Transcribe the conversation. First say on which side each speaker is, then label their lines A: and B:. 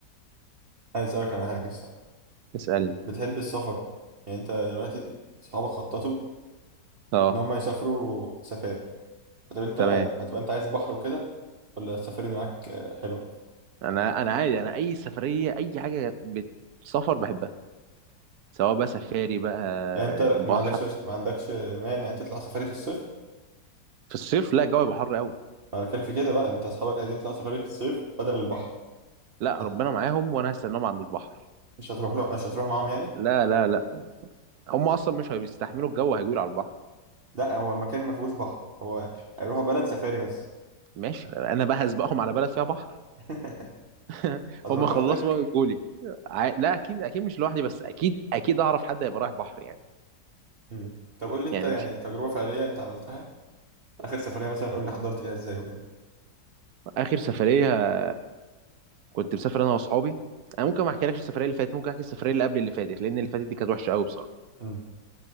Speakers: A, on the right; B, on the right.
A: عايز اسالك على حاجه الصراحه
B: اسالني
A: بتحب السفر يعني انت دلوقتي اصحابك خططوا
B: اه
A: ان هم يسافروا سفاري طب انت
B: تمام
A: هتبقى انت عايز بحر وكده ولا السفاري معاك آه، حلوه
B: انا انا عادي انا اي سفريه اي حاجه بتسافر بحبها سواء بقى سفاري بقى
A: يعني انت ما
B: بحر
A: عندكش ما عندكش مانع تطلع سفاري في الصيف
B: في الصيف لا الجو يبقى حر قوي
A: انا بتكلم في كده بقى انت اصحابك عايزين يطلعوا سفاري في الصيف بدل البحر
B: لا
A: هت-
B: ربنا معاهم وانا هستناهم عند البحر
A: مش هتروح له مش هتروح معاهم يعني
B: لا لا لا هم اصلا مش هيستحملوا الجو هيجوا على البحر
A: لا هو مكان ما فيهوش بحر هو هيروحوا بلد سفاري بس
B: ماشي انا بقى هسبقهم على بلد فيها بحر
A: <laughs>
B: <laughs>
A: هتروح
B: هم خلصوا
A: لوحدك
B: بقى ويجوا لي ع- لا اكيد اكيد مش لوحدي بس اكيد اكيد اعرف حد هيبقى رايح بحر يعني
A: مم. طب قول لي انت
B: يعني
A: يعني
B: مش
A: تجربة فعلية انت عملتها اخر سفرية مثلا قول لي حضرت ليها ازاي وكده
B: اخر سفريه كنت مسافر انا واصحابي انا ممكن ما احكيلكش السفريه اللي فاتت ممكن احكي السفريه اللي قبل اللي فاتت لان اللي فاتت دي كانت وحشه قوي بصراحه
A: مم.